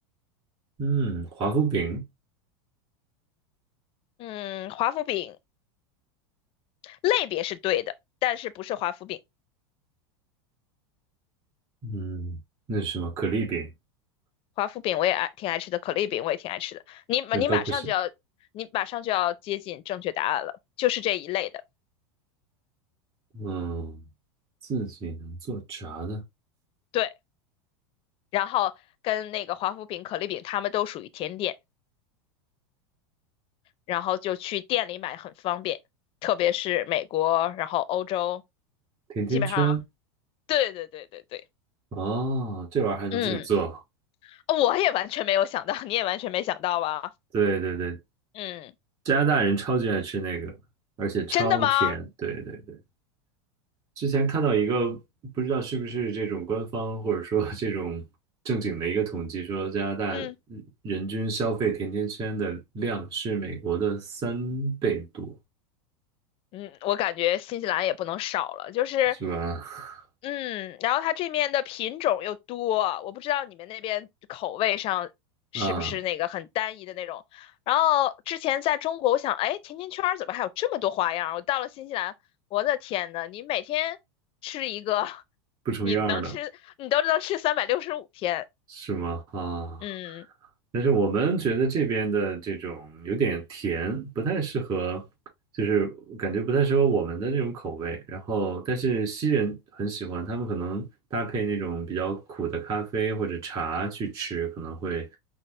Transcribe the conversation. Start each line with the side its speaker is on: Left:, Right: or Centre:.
Right: 嗯，华夫饼，
Left: 嗯，华夫饼类别是对的，但是不是华夫饼，
Right: 嗯，那是什么？可丽饼，
Left: 华夫饼我也爱挺爱吃的，可丽饼我也挺爱吃的。你你马上就要你马上就要接近正确答案了，
Right: 那都不是。
Left: 就是这一类的，
Right: 嗯，自己能做炸的
Left: 对。然后跟那个华夫饼、可丽饼，它们都属于甜点。然后就去店里买很方便，特别是美国，然后欧洲，
Right: 甜甜圈，
Left: 基本上，对对对对对，
Right: 哦，这玩意儿还能自己做。
Left: 嗯，哦我也完全没有想到，你也完全没想到吧？
Right: 对对对，
Left: 嗯，
Right: 加拿大人超级爱吃那个，而且超甜。
Left: 真的吗？
Right: 对对对，之前看到一个不知道是不是这种官方或者说 <laughs> 这种正经的一个统计，说加拿大
Left: 嗯
Right: 人均消费甜甜圈的量是美国的三倍多，
Left: 嗯，我感觉新西兰也不能少了，就是
Right: 是吧？<laughs>
Left: 嗯，然后它这面的品种又多，我不知道你们那边口味上是不是那个很单一的那种。
Right: 啊，
Left: 然后之前在中国，我想，哎，甜甜圈儿怎么还有这么多花样儿？我到了新西兰，我的天呐，你每天吃一个，<laughs>
Right: 不重样儿的。
Left: 你能吃，你都能吃三百六十五天。
Right: 是吗？啊，
Left: 嗯，
Right: 但是我们觉得这边的这种有点甜，不太适合，就是感觉不太适合我们的那种口味。然后，但是西人很喜欢，他们可能搭配那种比较苦的咖啡或者茶去吃，可能会